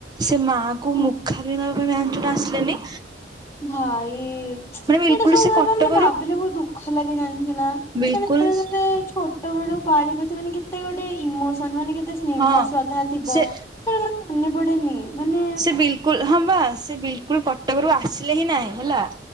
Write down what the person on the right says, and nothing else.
ସେ ମା କୁ
ମୁଖା କିଣବା ପାଇଁ ଭ୍ୟାଞ୍ଚୁଣା ଆସିଲେନି
ମାନେ ବିଲକୁଲ
ସେ
କଟକରୁ
ବିଲକୁଲ
ହଁ
ସେ
ସେ ବିଲକୁଲ ହଁ ବା ସେ ବିଲକୁଲ କଟକରୁ ଆସିଲେ ହିଁ ନହିଁ ହେଲା